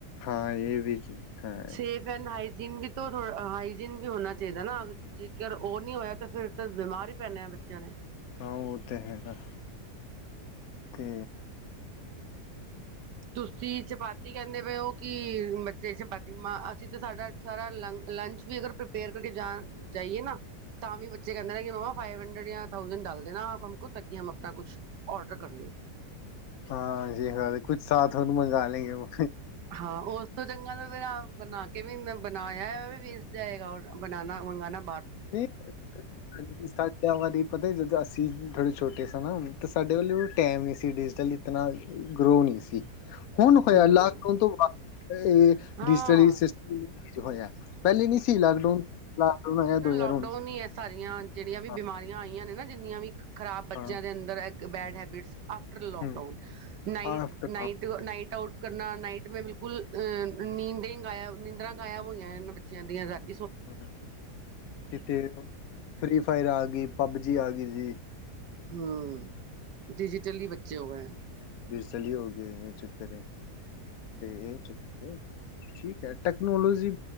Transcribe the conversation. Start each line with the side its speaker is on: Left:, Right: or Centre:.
Left: ਹਾਂ ਇਹ ਵੀ ਹਾਂ
Right: ਸੇਫ ਐਂਡ ਹਾਈ ਨ ਵੀ ਥੋੜਾ ਹਾਈਜੀਨ ਵੀ ਹੋਣਾ ਚਾਹੀਦਾ ਨਾ ਜੇਕਰ ਉਹ ਨਹੀਂੀ ਹੋਇਆ ਤਾਂ ਫਿਰ ਤਾਂ ਬਿਮਾਰ ਹੀ ਪੈਣਾ ਆ ਬੱਚਿਆਂ ਨੇ
Left: ਹਾਂ ਉਹ ਤੇ ਹੈਗਾ ਤੇ
Right: ਤੁਸੀ ਚਪਾਤੀ ਕਹਿੰਦੇ ਪਏ ਉਹ ਕਿ ਬੱਚੇ ਚਪਤੀ ਮ ਅਸੀਂ ਤਾਂ ਸਾਡਾ ਸਾਰਾ ਲ ਲੰਚ ਵੀ ਅਗਰ ਪ੍ਰਪੇਅਰ ਕਰਕੇ ਜਾ ਜਾਈਏ ਨਾ ਤਾਂ ਵੀ ਬੱਚੇ ਕਹਿੰਦੇ ਨੇ ਕਿ ਮ ਫਾਈ ਥਣਾ ਤੱਕ ਆਪਣਾ ਕੁਛ ਔਡਰ ਕਰ ਲ
Left: ਹਾਂਜੀ ਕੁੱਛ ਸਾਥ ਤੁਹਾਨੂੰ ਮੰਗਵਾ ਲਗੇ ਉਹ
Right: ਹਾਂ ਉਸ ਤੋਂ ਚੰਗਾ ਫਿਰ ਬਣਾ ਕੇ ਵੀ ਬਣਾਇਆ ਉਹ ਵੀ ਵੇਚ ਜਾਏਗਾ ਬਨਾ ਮੰਗਾਨਣਾ
Left: ਨਹੀਂ ਸਾਡੇ ਵਾਰੀ ਪਤਾ ਜਦੋਂ ਅਸੀਂ ਥੋੜ੍ਹੇ ਛੋਟੇ ਸ ਨਾ ਤੇ ਸਾਡੇ ਵੱਲੋਂ ਟਾਈਮ ਨਹੀਂ ਸੀ ਡਿਜੀਟਲ ਇਤਨਾ ਗਰੋ ਨਹੀਂ ਸੀ ਹੁਣ ਹੋਇਆ
Right: ਹੂੰ
Left: ਲਾਕਡਾਊਨ ਤੋਂ ਬਾਅਦ ਇਹ
Right: ਹਾਂ
Left: ਡਿਜੀਟਲ ਸਿਸਟਮ ਸ਼ ਹੋਇਆ ਪਹਿਲੇ ਨੀ ਸੀ ਲਾਕਡਾਊਨ ਲਾਕਡਾਊਨ ਆਇਆ ਦੋ ਹਜ਼ਾਰ
Right: ਲਾਕਡਾਊਨ
Left: ਹੁਣ
Right: ਹੀ ਹੈ ਸਾਰੀਆਂ ਜਿਹੜੀਆਂ ਵੀ
Left: ਹਾਂ
Right: ਬਿਮਾਰੀਆਂ ਆਈਆਂ ਨੇ ਨਾ ਜਿੰਨੀਆਂ ਵੀ ਖ਼ਰਾਬ ਬੱਚਿਆਂ
Left: ਹਾਂ
Right: ਦੇ ਅੰਦਰ ਬੈਡ ਹ habits of lockdown
Left: hmm
Right: night-
Left: after
Right: night -night out ਕਰਨਾ ਨਾਈਟ ਮੈਂ ਬਿਲਕੁਲ ਅਹ ਨੀਂਦੇ ਗਾਇਆ ਨੀਂਦਰਾਂ ਗਾਇਬ ਹੋਈਆਂ ਨੇ ਬੱ ਬੱਚਿਆਂ ਦੀਆਂ ਰੱਖ
Left: ਹਾਂ ਕਿਥੇ ਫ੍ਰੀ ਫਾਇਰ ਆ ਗਈ, ਪਬਜੀ ਆ ਗਈ। ਜੀ,
Right: ਹੂੰ, ਡਿਜੀਟਲੀ ਬੱਚੇ ਹੋ ਗਏ ਆ।
Left: ਫਿਰਸਲੀ ਹੋ ਗਏ ਇਹ ਚੱਕਰ ਐ। ਤੇ ਇਹ ਚੱਕਰ ਐ। ਠੀਕ ਹੈ ਟੈਕਨੋਲੋਜੀ